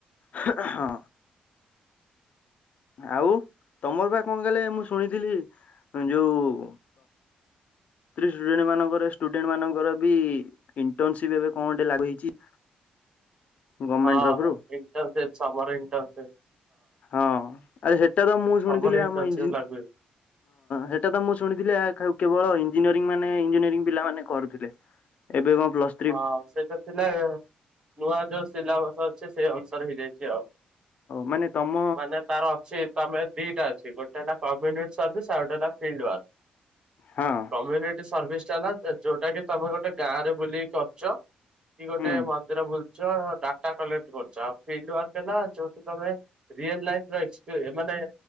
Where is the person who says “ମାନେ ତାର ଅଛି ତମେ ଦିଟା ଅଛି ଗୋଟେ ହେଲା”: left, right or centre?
Right